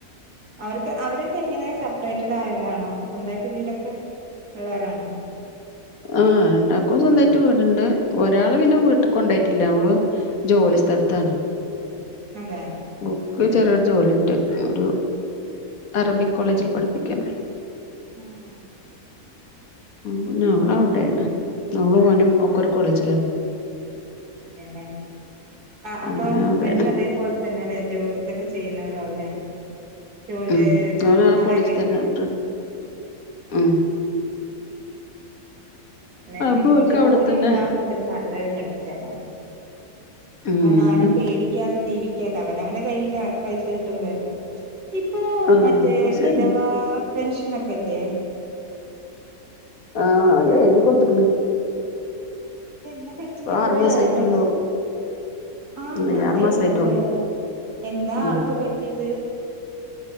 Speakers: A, on the right; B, on the left.
A: അവർക്ക് അവരൊക്കെ എങ്ങനെ സെപ്പറേറ്റഡ് ആയവരാണോ സ്വന്തായിട്ട് വീടൊക്കെ ള്ളവരാണോ
B: ആഹ് രണ്ടാക്കും സ്വന്തായിട്ട് വീടുണ്ട് ഒരാള് പിന്നെ വീട്ട്ക്കൊണ്ടോയിട്ടില്ല ഓള് ജോലി സ്ഥലത്താണ്
A: അതെ
B: ക്ക് ചെറിയൊരു ജോലിണ്ട് ഒരു അറബിക്കോളേജി പഠിപ്പിക്കാണ്
A: അഹ് ആഹ്
B: പിന്നെ ഓള് അവിടെണ് ഓളും ഓനും ഒക്കൊരു കോളേജിലാ
A: അതെലേ ആഹ് അപ്പൊ
B: അങ്ങനെ
A: ഹസ്ബന്റും
B: അവിടെയാണ്
A: അതേപോൽ തന്നെല്ലേ ജോലതൊക്കെ ചെയ്യുന്നവരാവല്ലേ ജോലി
B: ഉം ഓന് ആ
A: സാറായിരിക്കലേ
B: കോളേജിൽ തന്നെ അപ്പ ഉം
A: ഉം അതെ എന്തെങ്കിലും
B: അപ്പൊ ഓൽക്ക്
A: ജോലി
B: അവിടെത്തന്നെ
A: ഉണ്ടാവുമ്പോ ഒര് നല്ലരു മെടിച്ചന്നരും
B: ഉം
A: പേട ക്കാതെ ജീവിക്കല്ല അവനവന്റെ കയ്യിൽ പൈസ കിട്ടുമ്പോ ഇപ്പോ
B: ആഹ്
A: മറ്റേ
B: അത് ശരി
A: വിധവ പെൻഷനൊക്കെല്ലേ
B: ആഹ് അത് എഴുതി കൊട്ത്ത്ക്ക്ണ്
A: ഇത് എന്നാ മരിച്ചത്
B: ഇപ്പ
A: കൊറെ
B: ആറു മാസായിട്ടുള്ളൂ
A: ആയോ മരിച് ആറു
B: എന്താ
A: മാസയിട്ടുള്ളുല്ലേ
B: മാസായിട്ടുള്ളൂ
A: എന്താ
B: ഉം
A: ആൾക്ക് പറ്റിയത്